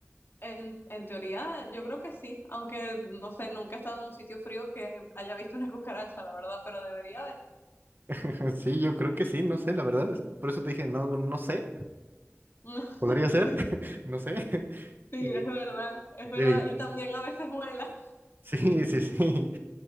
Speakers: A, on the left; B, on the right.
A: En, en teoría, yo creo que sí, aunque no sé, nunca he estado en un sitio frío que haya visto una cucaracha, la verdad, pero debería haber.
B: <laughs> Sí, yo creo que sí, no sé, la verdad. es- Por eso te dije, no, no sé.
A: <laughs>
B: Podría ser,
A: sí,
B: <laughs> no sé. <laughs>
A: sí,
B: Y
A: es verdad,
B: te
A: es verdad.
B: digo,
A: Y
B: ya-
A: también a veces vuela.
B: <laughs> sí, sí, sí.